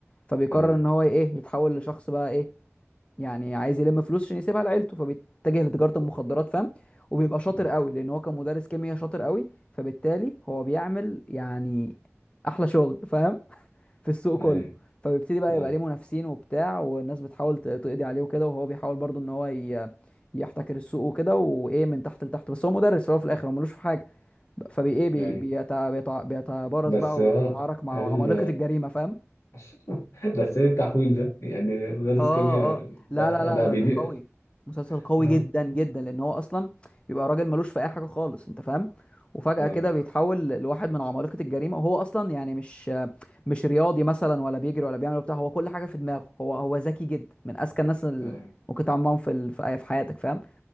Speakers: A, on the left (about 25°); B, on the left (about 80°).
A: فبيقرر
B: تمام
A: ان هو ايه يتحول لشخص بقى ايه يعني عايز يلم فلوس عشان يسيبها لعيلته فبيتجه لتجارة المخدرات فاهم وبيبقى شاطر
B: اه
A: قوي لان هو كان مدرس كيمياء شاطر قوي فبالتالي هو بيعمل يعني احلى شغل فاهم <laughs> في السوق كله
B: أيوه
A: فبيبتدي بقى
B: اه
A: يبقى ليه منافسين وبتاع والناس بتحاول ت- تقضي عليه وكده وهو بيحاول برضو ان هو ي... يحتكر السوق وكده وايه من تحت لتحت بس هو مدرس في الأول وفي الاخر هو ملوش في حاجه فبي ايه بي...
B: أيوه
A: بيت... بيت... بيتبارز
B: بس
A: بقى
B: اه
A: وبيتعارك مع
B: ال
A: عمالقه الجريمه فاهم
B: <laughs> بس ايه التحويل ده يعني مدرس
A: اه
B: كيمياء
A: اه
B: بقى,
A: لا لا لا
B: بقى
A: ده
B: بيبيع
A: ده قوي مسلسل قوي
B: اه
A: جدا جدا لان هو اصلا بيبقى راجل ملوش في اي حاجه خالص انت فاهم وفجاه
B: ايوه
A: كده بيتحول لواحد من عمالقه الجريمه وهو اصلا يعني مش مش رياضي مثلا ولا بيجري ولا بيعمل بتاع هو كل حاجه في دماغه هو هو ذكي جدا من اذكى الناس اللي
B: ايوه
A: ممكن تتعامل معاهم في ال- في في حياتك فاهم